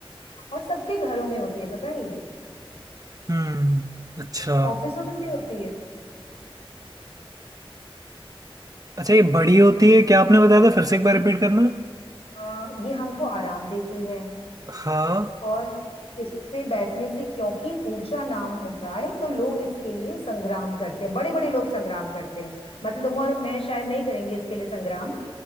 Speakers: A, on the left (about 80°); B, on the right (about 40°).
A: और सबके घरों में होती है पता है ये
B: हम्म अच्छा
A: ऑफिसों में भी होती है
B: अच्छा ये बड़ी होती है क्या आपने बताया था फिर से एक बार रिपीट करना
A: आ, ये हमको आराम देती है
B: हाँ
A: और इस पे बैठने से क्योंकि ऊंचा नाम होता है तो लोग इसके लिए संग्राम करते हैं बड़े बड़े लोग संग्राम करते हैं मतलब तुम और मैं शायद नहीं करेंगे इसके लिए संग्राम